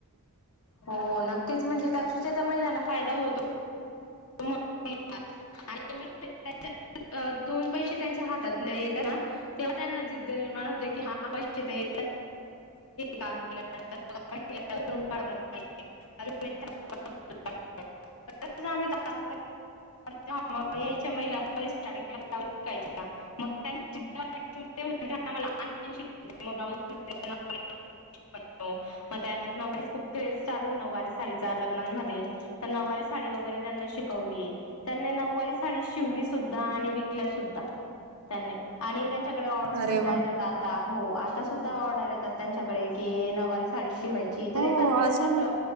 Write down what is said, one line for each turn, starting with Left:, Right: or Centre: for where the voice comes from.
Left: हो नक्कीच म्हणजे त्या गोष्टीचा महिलांना फायदा होतो. आणि मी <unintelligible> दोन पैसे त्यांच्या हातात येतात, ना तेव्हा त्यांना जिद्द निर्माण होते की हा पैसे. काम केहि <unintelligible> ्ही <unintelligible> च्या महिलाार्ट के शच्या मग <unintelligible> मला लान श म <unintelligible> हो मग त्यानंतर नऊवारी साडीचा क्रेझ चालु आहे लग्नांमध्ये तर नऊवारी साडी वगैरे त्यांना शिकवुन शिकवली त्यांनी नऊवारी साडी शिवली सुद्धा आणि विकल्या सुद्धा त्यांनी आणि त्यांनी डे ऑर्डर
Right: अरे
Left: सुधा
Right: वा
Left: येतात आता हो आता सुद्धा ऑर्डर येतात त्यांच्याकडे की नऊवारी साडी. शिवायची
Right: हो
Left: तर एखाद वेळेस
Right: अजून
Left: कस